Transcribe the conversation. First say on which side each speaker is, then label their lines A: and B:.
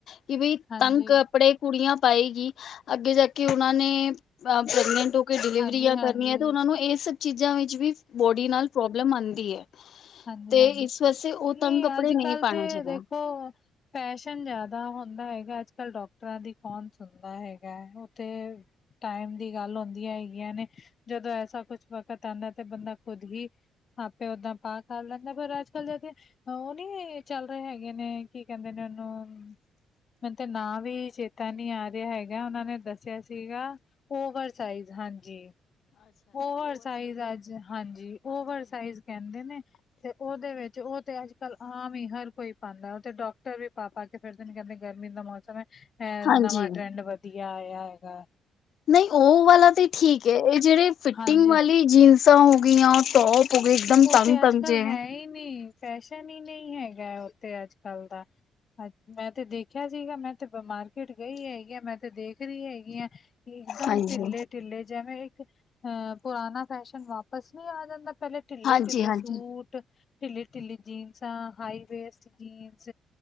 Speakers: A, on the left (about 65°); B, on the left (about 45°).
A: ਕਿ ਬਈ
B: ਹਾਂਜੀ
A: ਤੰਗ ਕੱਪੜੇ ਕੁੜੀਆਂ ਪਾਏਗੀ। ਅੱਗੇ ਜਾਕੇ ਉਹਨਾਂ ਨੇ ਪ੍ਰੈਗਨੈਂਟ ਹੋ ਕੇ ਡਿਲੀਵਰੀਆਂ
B: ਹਾਂਜੀ ਹਾਂਜੀ
A: ਕਰਨੀਆਂ ਤੇ ਉਹਨਾਂ ਨੂੰ ਇਸ ਚੀਜ਼ਾਂ ਵਿੱਚ ਵੀ ਬੋਡੀ ਨਾਲ ਪ੍ਰੋਬਲਮ ਆਉਂਦੀ ਹੈ
B: ਹਾਂਜੀ-ਹਾਂਜੀ
A: ਤੇ ਇਸ ਵਾਸਤੇ ਉਹ
B: ਨਹੀਂ
A: ਤੰਗ ਕੱਪੜੇ
B: ਅੱਜ
A: ਨਹੀਂ
B: ਕੱਲ
A: ਪਾਉਣੇ
B: ਤੇ
A: ਚਾਹੀਦੇ
B: ਦੇਖੋ ਫੈਸ਼ਨ ਜ਼ਿਆਦਾ ਹੁੰਦਾ ਹੈਗਾ। ਅੱਜ ਕੱਲ੍ਹ ਡਾਕਟਰਾਂ ਦੀ ਕੌਣ ਸੁਣਦਾ ਹੈਗਾ। ੳਥੇ ਟਾਈਮ ਦੀ ਗੱਲ ਹੁੰਦੀਆਂ ਹੈਗੀਆਂ ਨੇ। ਜਦੋਂ ਐਸਾ ਕੁਛ ਵਕਤ ਆਉਂਦਾ ਤੇ ਬੰਦਾ ਖੁਦ ਵੀ ਆਪੇ ਓਦਾਂ ਪਾ ਖਾ ਲੈਂਦਾ। ਪਰ ਅੱਜ ਕੱਲ ਜਦ ਉਹ ਨੀ ਚੱਲ ਰਹੇ ਹੈਗੇ ਨੇ ਕੀ ਕਹਿੰਦੇ ਨੇ ਉਹਨੂੰ। ਮੈਨੂੰ ਤੇ ਨਾ ਵੀ ਚੇ ਤਾਂ ਨਹੀ ਆ ਰਿਹਾ ਹੈਗਾ ਉਹਨਾ ਨੇ ਦੱਸਿਆ ਸੀਗਾ ਓਵਰਸਾਈਜ਼। ਹਾਂਜੀ ਓਵਰ ਸਾਈਜ਼ ਅੱਜ ਹਾਂਜੀ ਓਵਰ ਸਾਈਜ਼ ਕ ਨੇ ਤੇ ਉਹਦੇ ਵਿੱਚ ਉਹ ਤੇ ਅੱਜ ਕੱਲ ਆਮ ਹੀ ਹਰ ਕੋਈ ਪਾਉਂਦਾ ਉਹ ਤੇ ਡਾਕਟਰ ਵੀ ਪਾ -ਪਾ ਕੇ ਫਿਰਦੇ ਨੇ ਕਹਿੰਦੇ ਗਰਮੀ ਦਾ ਮੌਸਮ ਹੈ। ਅ
A: ਹਾਂਜੀ
B: ਨਵਾਂ ਟਰੈਂਡ ਵ ਵਧੀਆ ਆਇਆ ਹੈਗਾ
A: ਨਹੀਂ ਉਹ ਵਾਲਾ ਤੇ ਠੀਕ ਹੈ। ਇਹ ਜਿਹੜੇ ਫਿਟਿੰਗ
B: ਹਾਂਜੀ
A: ਵਾਲੀ ਜੀਨਸਾਂ ਹੋ ਗਈਆਂ ਟੋਪ ਹੋ ਗਏ ਇੱਕਦਮ
B: ਉਹ
A: ਤੰਗ
B: ਤੇ
A: ਤੰਗ
B: ਅੱਜ ਕੱਲ
A: ਜੇ
B: ਹੈ ਹੀ ਨਹੀਂ, ਫੈਸ਼ਨ ਹੀ ਨਹੀਂ ਹੈਗਾ ਔ ਤੇ ਅੱਜ ਕੱਲ ਦਾ ਹਾਂਜੀ ਮੈਂ ਤੇ ਦੇਖਿਆ ਸੀਗਾ ਮੈਂ ਤੇ ਮਾਰਕੀਟ ਗਈ ਹੈਗੀ ਮੈਂ ਤੇ ਦੇਖ ਰਹੀ ਹੈਗੀ ਹਾਂ। ਕਿ ਇੱਕਦਮ
A: ਹਾਂਜੀ,
B: ਢਿੱਲੇ-ਢਿੱਲੇ ਜਿਵੇਂ ਇੱਕ ਅਹ ਪੁਰਾਣਾ ਫੈਸ਼ਨ ਵਾਪਿਸ ਨਹੀਂ ਆ ਜਾਂਦਾ ਪਹਿਲੇ ਢਿੱਲੇ-
A: ਹਾਂਜੀ,
B: ਢਿੱਲੇ
A: ਹਾਂਜੀ।
B: ਸੂਟ ਢਿੱਲੀ -ਢਿੱਲੀ ਜੀਨਸਾ ਆ, ਹਾਈ ਵੇਸਟ ਜੀਨਸ